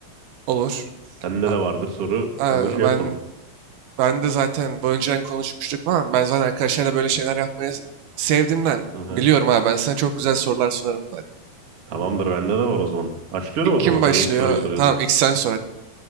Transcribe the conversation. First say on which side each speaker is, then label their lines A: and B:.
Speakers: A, on the right; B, on the right.
A: Olur.
B: Sende
A: Ha-
B: de vardır soru,
A: ha,
B: onu şey
A: Ben
B: yapalım.
A: ben de zaten bu önceden konuşmuştuk falan. Ben zaten arkadaşlarla böyle şeyler yapmayı s- sevdiğimden
B: Hı hı.
A: biliyorum abi. Ben sana çok güzel sorular sorarım zaten.
B: Tamamdır, bende de var o zaman. Başlıyorum
A: İlk
B: o
A: kim
B: zaman sana
A: başlıyor?
B: ilk soruyu soruyorum.
A: Tamam ilk sen sor hadi.